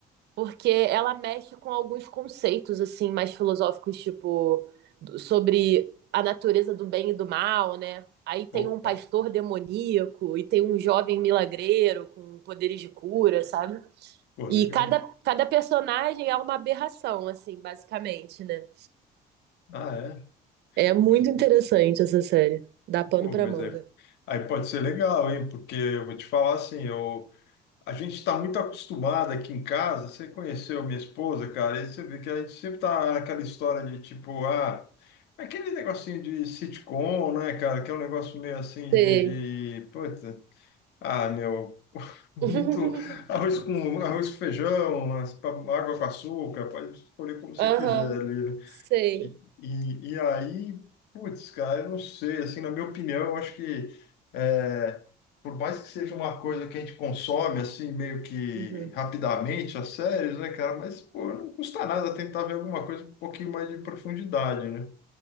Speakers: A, on the right; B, on the left.
A: porque ela mexe com alguns conceitos assim mais filosóficos, tipo do- sobre a natureza do bem e do mal, né? Aí tem
B: Opa,
A: um pastor demoníaco e tem um jovem milagreiro com poderes de cura, sabe?
B: pô,
A: E
B: legal.
A: cada, cada personagem é uma aberração, assim, basicamente, né?
B: Ah, é?
A: É muito
B: Pô,
A: interessante essa série. Dá pano
B: pô,
A: pra
B: mas
A: manga.
B: é... aí pode ser legal, hein? Porque eu vou te falar assim, eu... a gente está muito acostumado aqui em casa, você conheceu minha esposa, cara, e você vê que a gente sempre tá naquela história de tipo, ah, aquele negocinho de sitcom, né, cara, que é um negócio meio assim
A: Sei.
B: de, de... Puta, ah, meu. Muito
A: <laughs>
B: arroz com arroz com feijão, umas pa- água com açúcar, pode escolher como você
A: Aham,
B: quiser ali. né?
A: sei.
B: E, e, e aí, putz, cara, eu não sei, assim, na minha opinião, eu acho que é, por mais que seja uma coisa que a gente consome, assim, meio que
A: Uhum.
B: rapidamente, as séries, né, cara, mas, pô, não custa nada tentar ver alguma coisa com um pouquinho mais de profundidade, né?